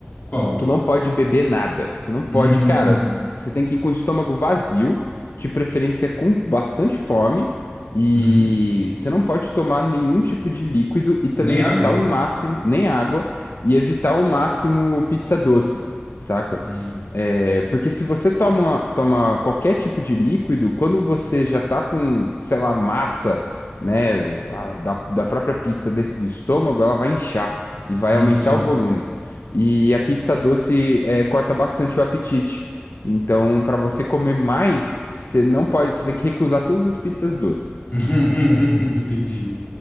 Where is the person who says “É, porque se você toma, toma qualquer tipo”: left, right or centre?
Left